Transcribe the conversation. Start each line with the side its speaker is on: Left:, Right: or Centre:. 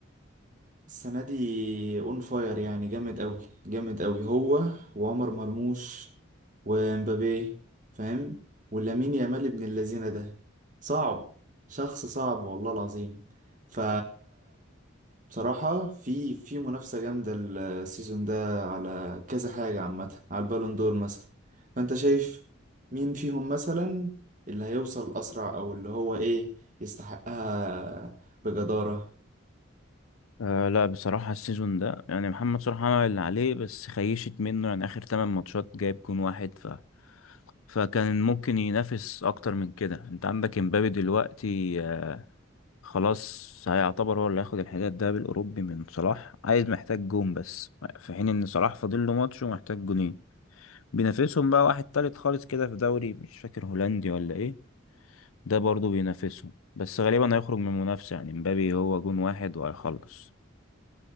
Right: السنة دي اون فاير يعني جامد قوي جامد قوي هو وعمر مرموش ومبابي فاهم ولامين يامال ابن اللذينة ده صعب شخص صعب والله العظيم ف بصراحة في في منافسة جامدة السيزون ده على كذا حاجة عامة على البالون دور مثلا فانت شايف مين فيهم مثلا اللي هيوصل أسرع أو اللي هو إيه يستحقها بجدارة
Left: أه لا بصراحه السيزون ده يعني محمد صلاح عمل اللي عليه بس خيشت منه يعني اخر 8 ماتشات جايب جون واحد ف فكان ممكن ينافس اكتر من كده انت عندك امبابي دلوقتي آه، خلاص هيعتبر هو اللي هياخد الحذاء الذهبي الاوروبي من صلاح عايز محتاج جون بس في حين ان صلاح فاضل له ماتش ومحتاج جونين بينافسهم بقى واحد تالت خالص كده في دوري مش فاكر هولندي ولا ايه ده برضو بينافسهم بس غالبا هيخرج من المنافسة يعني مبابي هو جون واحد وهيخلص